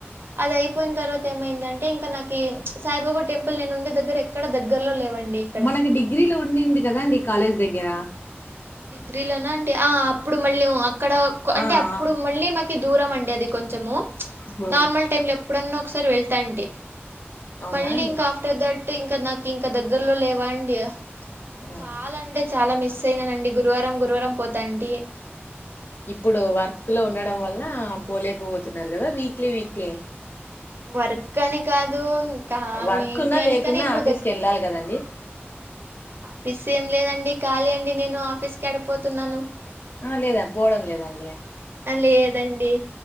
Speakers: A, on the right (about 55°); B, on the left (about 50°).
A: అది అయిపోయిన తర్వాత ఏమైంది అంటే ఇంకా నాకు సాయిబాబా టెంపుల్ నేను ఉండే దగ్గర ఎక్కడ దగ్గరలో లేవండి ఇక్కడ
B: మనకి డిగ్రీలో ఉండింది కదాండి కాలేజ్ దగ్గర
A: డిగ్రీలోనా అండి ఆ అప్పుడు మళ్ళీ అక్కడ అంటే
B: ఆ! ఆ!
A: అప్పుడు మళ్ళీ మా క దూరం అండి అది కొంచము
B: ఓహో!
A: నార్మల్ టైమ్ లో ఇప్పుడన్నా ఒకసారి వెళ్తా అంటే
B: అవునా
A: మళ్ళలింక్
B: అండి?
A: ఆఫ్టర్ దట్ ఇంకా నాకి ఇంకా దగ్గరలో లేవాండి
B: హ్మ్.
A: చాలా అంటే చాలా మిస్ సేనా నండి గురువారం గురువారం పోతాండి
B: ఇప్పుడు వర్క్ లో ఉండడం వల్ల పోలేకపోతున్నారు కదా వీక్లీ వీక్ ప్
A: వర్క్ అని కాదు ఇంకా
B: వర్క్
A: వీక్లీ
B: ఉన్నా
A: అని
B: లేకున్నా
A: కానీ ఇప్పుడు
B: ఆఫీస్‌కెళ్ళాలి
A: దగ్గ
B: గదండీ.
A: ఫిస్ ఏం లేదండి కాలీ అండి నేను ఆఫీస్ ఎడపోతున్నాను
B: ఆ! లేదా పోవడం లేదండి.
A: లేదండి